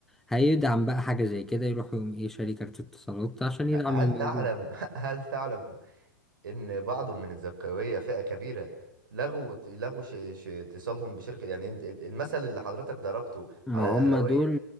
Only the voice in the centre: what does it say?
هيدعم بقى حاجة زي كده يروح يقوم ايه شاري كارت اتصالات عشان يدعم
الموضوع
ما
هم دول